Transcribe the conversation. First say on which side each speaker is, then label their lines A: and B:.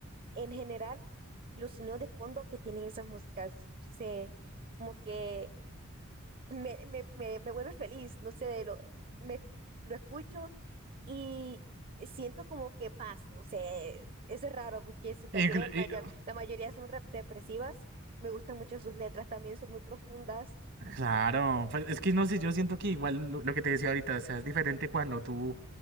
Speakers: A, on the right; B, on the right.
A: en general los sonidos de fondo que tienen esas músicas, no sé, como que me, me, me, me vuelve feliz, no sé, de lo, me, lo escucho y siento como que paz, no sé, eso es raro porque sus canciones,
B: Inclu-
A: maya-
B: y-
A: la mayoría son rep- depresivas, me gustan mucho sus letras, también son muy profundas,
B: Claro, pues, es que no sé, yo siento que igual lo, lo que te decía ahorita, o sea, es diferente cuando tú